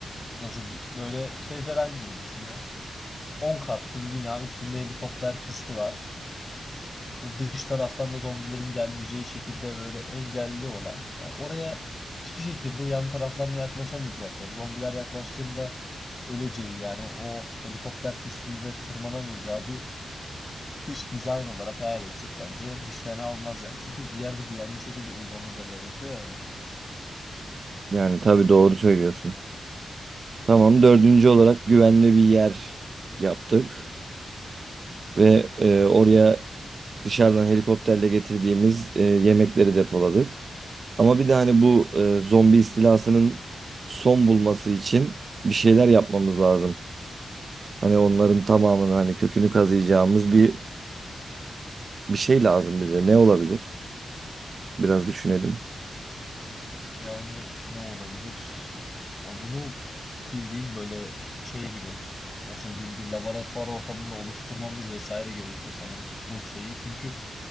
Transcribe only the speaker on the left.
Nasıl di- böyle şey falan gibi düşün ya. 10 katlı bir bina üstünde helikopter pisti var. Bu dış taraftan da zombilerin gelmeyeceği şekilde böyle engelli olan. Yani oraya hiçbir şekilde yan taraflarına yaklaşamayacakları. Zombiler yaklaştığında öleceği yani o helikopter pistinde de tırmanamayacağı bir dış dizayn olarak hayal etsek bence hiç fena olmaz yani. Çünkü bir yerde güvenli şekilde uyumamız da gerekiyor yani.
Yani ne olabilir? Ama bunu bildiğin böyle şey gibi nasıl diyeyim bir laboratuvar ortamında oluşturmamız vesaire gerekiyor sanırım bu şeyi. Çünkü